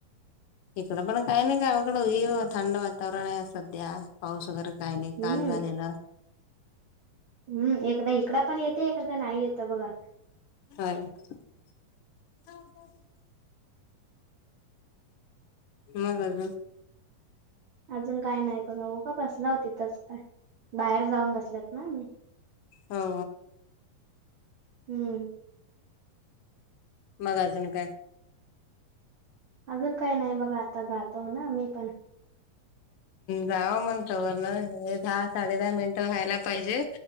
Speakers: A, on the left; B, on the right.
A: इकडं पण काही नाही कावाकडं थंड वातावरण आहे सध्या पाऊस वगैरे काय नाही काल
B: हम्म
A: झालेला
B: हम्म एकखदा इकड पण येते एखादा नाही येतं बघा
A: ह मग अजून
B: अजून काय नाही बघा हो का बसला हो तिथच काय बाहेर जाऊन बसल्यात ना मी
A: हो
B: हम्म
A: मग अजून काय
B: अजून काही नाही बघा आता जातो ना मी पण
A: जाव म्हणत व ना हे दहा साडे दहा मिनिटं व्हायला पाहिजे